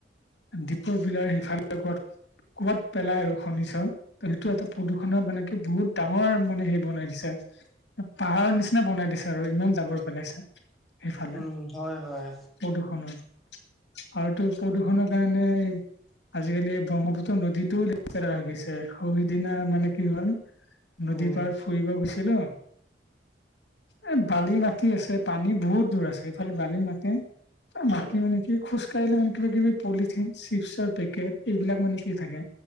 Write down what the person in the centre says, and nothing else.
উম হয় হয়।
উম